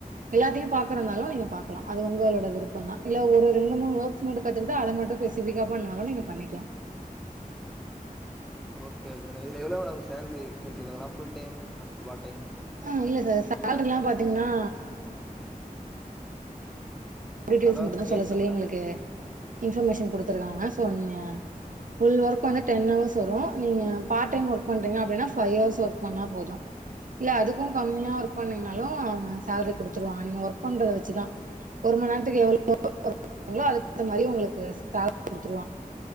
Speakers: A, on the right; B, in the centre.
A: எல்லாத்தையு பாக்குறனாலு நீங்க பாக்கலா அது உங்களோட விருப்பந்தா இல்ல ஒரு ரெண்டு மூணு வேட்ஸ் மட்டு கத்துக்கிட்டு அதை மட்டு நீங்க பெசிஃபிக்கா பண்ணாலு நீங்க பண்ணிக்கலா
B: ஓகே ஓகே மேடம் இது எவ்வளோ மேம் சாலரி எக்ஸ்பசிவ் full time and part time
A: ஆ இல்ல சார் சேலரி எல்லா பாத்தீங்கன்னா டிட்டியெல்ஸ்
B: ஹலோ
A: மட்டு தா சொல்ல
B: கேட்கல
A: சொல்லி
B: மேடம்
A: எங்களுக்கு இன்ஃபர்மேஷன் குடுத்திருக்காங்க சோ நீங்க ஃபுல் ஒர்க் வந்து பண்ணா டென் ஹவர்ஸ் வரு நீங்க பார்ட் டைம் ஒர்க் பண்றீங்க அப்டினா ஃபை ஹர்ஸ் ஒர்க் பண்ணா போது இல்ல அது க்கு கம்மியா
B: ஓகே
A: ஒர்க் பண்ணீங்னாலு அவுங்க சேல்ரி குடுத்துருவாங்க நீங்க ஒர்க் பண்றத வெச்சிதா ஒரு மண்நேரத்துக்கு எவ்ளோ ஒர்க் பண்றிங்களோ அதுக்கு தகுந்த மாரி உங்களுக்கு சேல்ரி குடுத்துருவாங்க